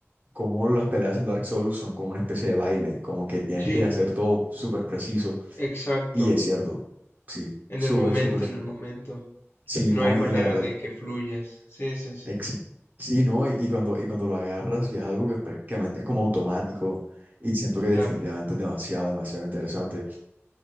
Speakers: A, on the right (about 40°); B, on the left (about 55°).
A: cómo las peleas en Dark Souls son como una especie de baile, como que tienes
B: Sí,
A: que hacer todo súper preciso.
B: exacto.
A: Y es cierto, sí,
B: En
A: súper,
B: el momento,
A: súper, súper.
B: en el momento.
A: Sí,
B: No
A: no,
B: hay manera
A: y la verdad.
B: de que fluyas. Sí, sí, sí.
A: Ex- Sí, ¿no? Y, y cuando, y cuando lo agarras, y es algo que prácticamente es como automático, y siento que definitivamente
B: Claro.
A: es demasiado, demasiado interesante.